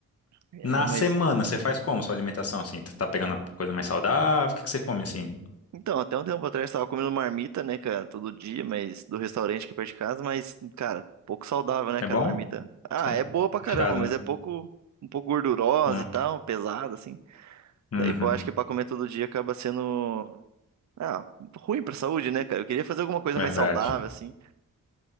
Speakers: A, on the right; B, on the left.
A: É,
B: Na
A: mas,
B: semana, você faz como sua alimentação, assim? Tá tá pegando a coisa mais saudável? O que que você come, assim?
A: Então, até um tempo atrás eu tava comendo marmita, né, cara, todo dia, mas do restaurante aqui perto de casa, mas, cara, pouco saudável, né,
B: É
A: cara,
B: bom?
A: marmita. Ah,
B: Tá.
A: é boa pra caramba,
B: Fechado,
A: mas
B: né?
A: é pouco, um pouco gordurosa
B: Não.
A: e tal, pesada, assim.
B: Uhum,
A: Daí, pô, eu acho que pra comer todo dia acaba sendo, ah, ruim pra saúde, né, cara. Eu queria fazer alguma coisa
B: verdade.
A: mais saudável, assim.